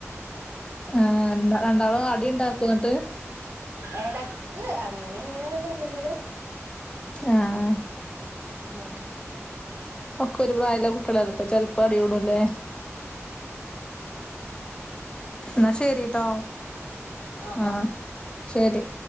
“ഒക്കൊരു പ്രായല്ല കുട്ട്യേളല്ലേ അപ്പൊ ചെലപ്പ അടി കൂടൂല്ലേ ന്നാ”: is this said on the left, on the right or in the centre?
Left